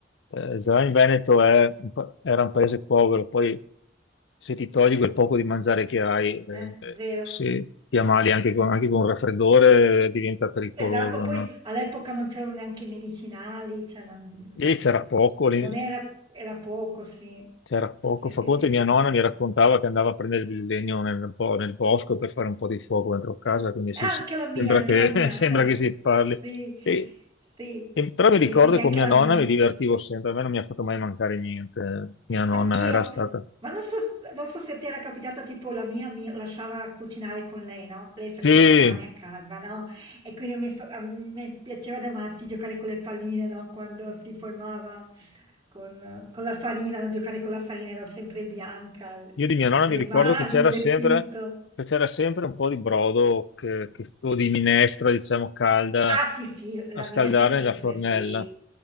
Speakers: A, on the left (about 75°); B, on the right (about 20°).
A: eh, già in Veneto è un pa- era un paese povero, poi se ti togli quel poco di mangiare che hai, eh,
B: eh, vero.
A: se ti ammali anche con, anche con un raffreddore eh, diventa pericoloso,
B: Esatto, poi
A: no?
B: all'epoca non c'erano neanche i medicinali, cioè non,
A: Lì
B: non-
A: c'era poco, lì-
B: non era, era poco, sì.
A: C'era poco.
B: Sì,
A: Fa
B: sì,
A: conto
B: sì,
A: che
B: poco.
A: mia nonna mi raccontava che andava a prendere il legno nel, bo- nel bosco per fare un po' di fuoco dentro casa, quindi
B: E
A: sì,
B: anche
A: sì,
B: la mia,
A: sembra
B: anche
A: che,
B: la mia,
A: <laughs> sembra
B: cioè,
A: che si parli.
B: sì,
A: E-
B: sì,
A: e- però
B: sì,
A: mi ricordo
B: sì, sì,
A: che
B: anche
A: con mia
B: la
A: nonna
B: mia.
A: mi divertivo sempre, a me non mi ha fatto mai mancare niente. Mia nonna
B: Anch'io,
A: era stata...
B: ma non so, s- non so se ti era capitato, tipo la mia mi lasciava cucinare con lei, no? Lei faceva
A: Sì,
B: il pane a casa, no? E quindi a me, fa- a me piaceva da matti giocare con le palline, no? Quando si formava con, con la farina, no? Giocare con la farina, ero sempre bianca,
A: io di mia nonna
B: le
A: mi ricordo
B: mani,
A: che c'era
B: il vestito.
A: sempre, che c'era sempre un po' di brodo che- che- o di minestra, diciamo, calda
B: Ah sì, sì, la
A: a scaldare
B: minestra sempre,
A: nella fornella.
B: sì.